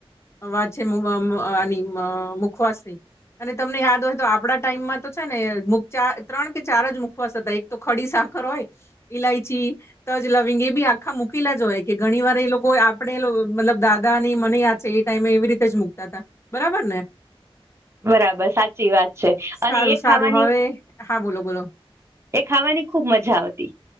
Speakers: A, on the left; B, on the right.
A: વા છે મુ અને મુખવાસને. અને તમને યાદ હોય તો, આપડા ટાઈમમાં તો છે ને ત્રણ કે ચાર જ મુખવાસ હતા. એક તો ખડી સાકર હોય. ઇલાયચી. તજ લવિંગ એ બી આખા મૂકેલા જ હોય. કે ઘણી વાર એ લોકો આપણે મતલબ દાદા ની મને યા. એ ટાઈમે એવી રીતે જ મુકતા હતા. બરાબર ને?
B: બરાબર સાચી વાત છે.
A: સારું
B: અને એ ખાવાની.
A: સારું હવે હા બોલો બોલો.
B: એ ખાવાની ખુબ મજા આવતી.